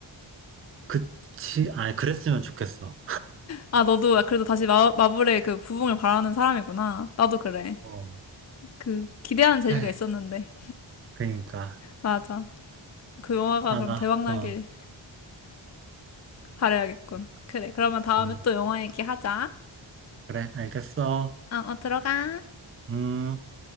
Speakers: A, on the right; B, on the left.
A: 그치, 아, 그랬으면 좋겠어.
B: 아, 너도 그래도 다시 마, 마블의 그 부흥을 바라는 사람이구나. 나도 그래.
A: 어,
B: 그, 기대하는 재미가
A: 에이,
B: 있었는데.
A: 그러니까.
B: 맞아. 그 영화가
A: 아,
B: 그럼
A: 나,
B: 대박 나길
A: 어,
B: 바라야겠군. 그래, 그러면 다음에
A: 음,
B: 또 영화 얘기하자.
A: 그래, 알겠어.
B: 어, 어, 들어가.
A: 음.